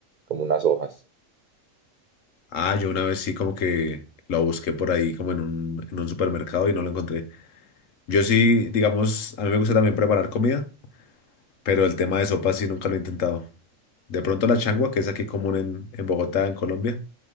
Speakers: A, on the right; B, on the left.
A: como unas hojas.
B: Ah, yo una vez sí como que lo busqué por ahí como en un, en un supermercado y no lo encontré. Yo sí, digamos, a mí me gusta también preparar comida, pero el tema de sopa sí nunca lo he intentado. De pronto la changua, que es aquí común en, en Bogotá, en Colombia,